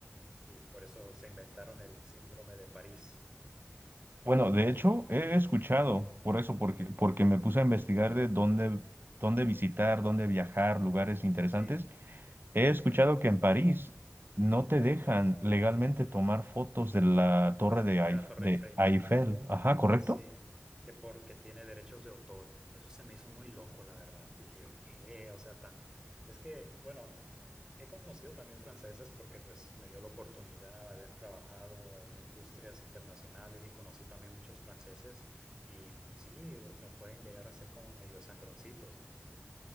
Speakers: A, on the right; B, on the right.
A: Y por eso se inventaron el síndrome de París.
B: Bueno, de hecho, he escuchado por eso, porque, porque me puse a investigar de dónde, dónde visitar, dónde viajar, lugares interesantes.
A: Sí, de
B: He escuchado que en París no te dejan legalmente tomar fotos de la torre de, Eif-
A: la Torre
B: de
A: Eiffel.
B: Eiffel. Ajá, ¿correcto?
A: Sí, que porque tiene derechos de autor. Eso se me hizo muy loco, la verdad. Dije yo, ¿qué? O sea, tan... Es que, bueno. He conocido también franceses porque pues me dio la oportunidad de haber trabajado en industrias internacionales y conocí también muchos franceses y sí, o sea, pueden llegar a ser como medio sangroncitos, ¿no?